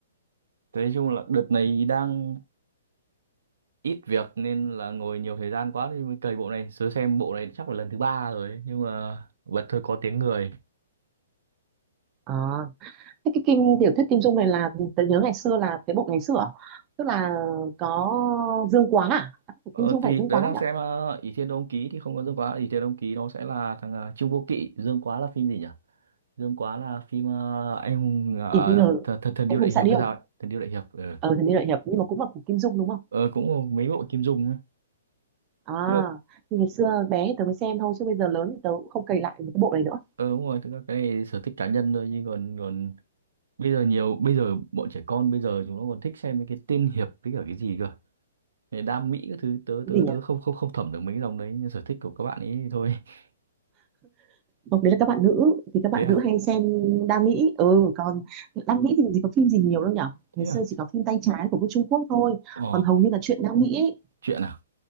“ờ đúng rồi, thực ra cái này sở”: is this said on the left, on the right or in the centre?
Right